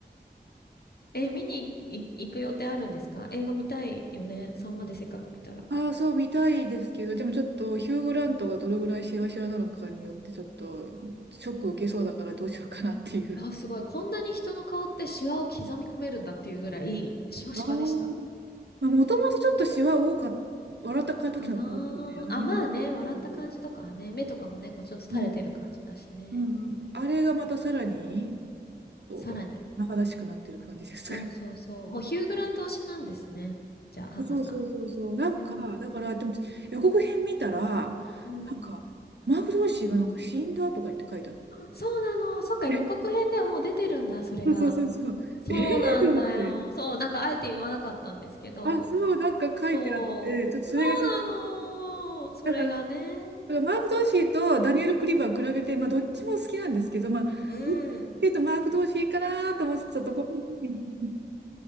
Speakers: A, on the left (about 65°); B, on the right (about 80°).
A: え、見にい行く予定あるんですか映画見たいよね。さんまでせっかく見たら。
B: ああ、そう見たいですけど、でもちょっとヒュー・グラントがどれぐらいシワシワなのかによってちょっとショック受けそうだからどうしようかなっていう。
A: あ、すごい。こんなに人の顔ってシワを刻み込めるんだっていうぐらい、シワシワでした。
B: あーまあ、もともとちょっとシワ多かった、笑った時の顔とかね、
A: かなーあ、
B: ありますけど。
A: まあね、笑った感じとかはね、
B: うん
A: 目とかもね、こうちょっと垂れてる感じだしね。
B: うんうんうんあれがまたさらにお、
A: さらに。
B: 中だしくなってる感じですか。
A: そうそうそう。もうヒュー・グラント推しなんですね。じゃあ、ハンナさん。
B: そうそうそうそう。なんか、
A: うん。
B: だから、でも予告編見たら、
A: うん。
B: なんか、マーク・ドーシーがなんか死んだとか言って書いてあって。
A: そうなの。そっか、
B: <laughs>
A: 予告編ではもう出てるんだ、それが。
B: そうそうそうそう。
A: そうなんだよ。
B: ええー、と思って。
A: そう、なんかあえて言わなかったんですけど、
B: あ、そう、なんか書いてあって、
A: そう。
B: ちょっとそれがちょっと、
A: そうなの。それがね。
B: だから、だからマーク・ドーシーとダニエル・クリバー比べて、まあ、どっちも好きなんですけど、まあ、
A: う
B: どっちかっていうとマーク・
A: ん。
B: ドーシーかなと思ってたところに、